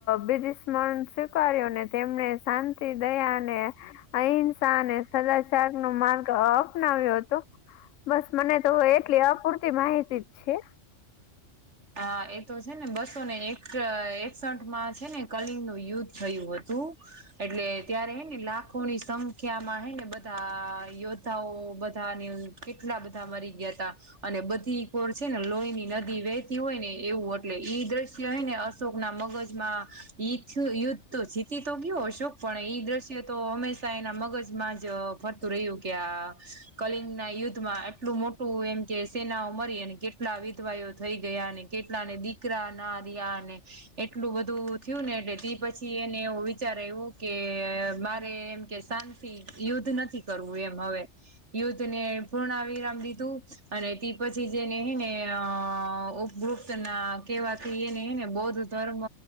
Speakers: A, on the left (about 85°); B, on the right (about 65°).
A: બીજ સ્મરણ સ્વીકાર્યો ને તેમને શાંત શાંતિ, દયા અને અહિંસા અને સદાચારનું માર્ગ અપનાવ્યો હતો. બસ મને તો એટલી અપૂરતી માહિતી જ છે.
B: હા, એતો છે ને બસો ને એક એકસઠ માં છે ને કલિંગનું યુદ્ધ થયું હતું. એટલે ત્યારે હેને લાખોની સંખ્યા માં હેને બધા યોદ્ધાઓ બધાની કેટલા બધા મરી ગયાતા અને બધી કોર છે ને લોહીની નદી વે વેહતી હોય ને એવું એટલે ઈ દ્રશ્ય હેને અશોકના મગજમાં એથીયે યુદ્ધ તો જીતી તો ગયો અશોક, પણ એ દ્રશ્ય તો હંમેશા એના મગજમાં જ ફરતું રહ્યું કે આ કલિંગના યુદ્ધમાં આટલું મોટું એમ કે સેનાઓ મરી અને કેટલા વિધવાયોઓ થઈ ગ ગયાને કેટલાને દીકરા ના રહ્યા ને એટલું બધું થયું ને એટલે પછી એને એવું વિચારે આઇવો કે મારે એમ કે શાંતિ, યુદ્ધ નથી કરવું એમ હવે યુદ્ધ ને પૂર્ણ વિરામ દીધું અને તે પછી જેને હેં ને અહ ઉપગુપ્તના કેવાથી એને હેને બૌદ્ધ ધર્મ